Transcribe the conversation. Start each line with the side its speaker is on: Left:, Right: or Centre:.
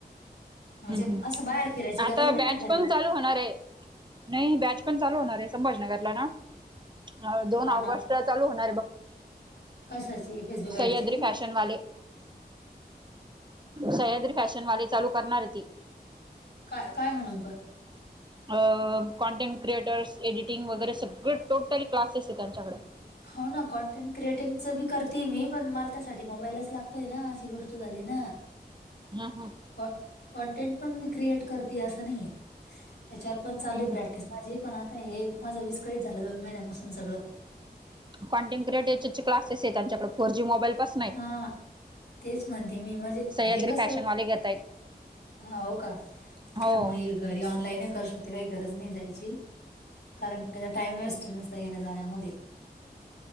Left: म्हणजे
Right: हम् हम्
Left: असं बाहेर फिरायची गरज
Right: आता
Left: नाही
Right: बॅच
Left: ना घरी
Right: पण चालू होणार आहे-. नाही बॅच पण चालू होणार आहे संभाजीनगरला ना दोन
Left: हो
Right: ऑगस्ट
Left: ना
Right: चालू होणार आहे बघ-
Left: कशाची? फेसबुक
Right: सह्याद्री
Left: ऍडची
Right: फॅशन वाले- सह्याद्री फॅशन वाले चालू करणारे ती-
Left: काय, काय म्हणुन पण-
Right: <unintelligible> अ कॉन्टेंट क्रिएटर्स, एडिटिंग वगैरे सगळे टोटल क्लासेस आहेत त्यांच्याकडे-
Left: हो ना कॉंटेंट क्रिएटिगं बी करती मी पण मला त्यासाठी मोबाईलच लागतोय ना अशी गोष्ट झाली ना-
Right: हा हा....
Left: हो कॉंटेंट पण मी क्रिएट करते असं नाही ये त्याच्यावर पण चालू
Right: हम्म
Left: आहे प्रॅक्टिस माझी पण आता हे माझं विस्कळीत झालं दोन महिन्यापासून सगळं-
Right: कॉन्टेटं क्रिएटिव्ह चे क्लासेस आहे त्यांच्याकडं फोर जी मोबाईल पसंन आहे-
Left: हा तेच म्हणते मी म्हणजे
Right: सह्याद्री
Left: हे कसं
Right: फॅशनवाले घेतायत
Left: होव का? ते
Right: हो
Left: म घरी ऑनलाईनही करू शकते गरज नाही जायची- कारण त्याचा टाइम वेस्ट नुस्ता येण्या जाण्यामध्ये